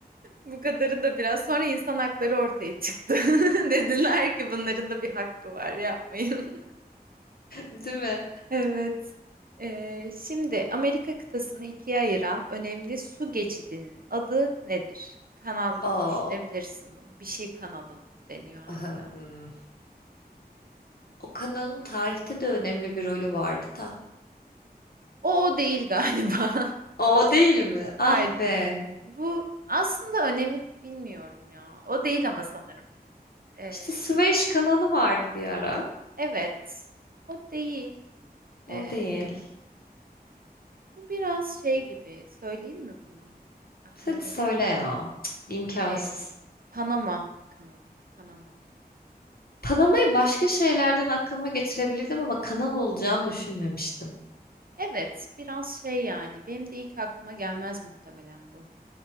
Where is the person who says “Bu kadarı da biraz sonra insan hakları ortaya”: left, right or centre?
Right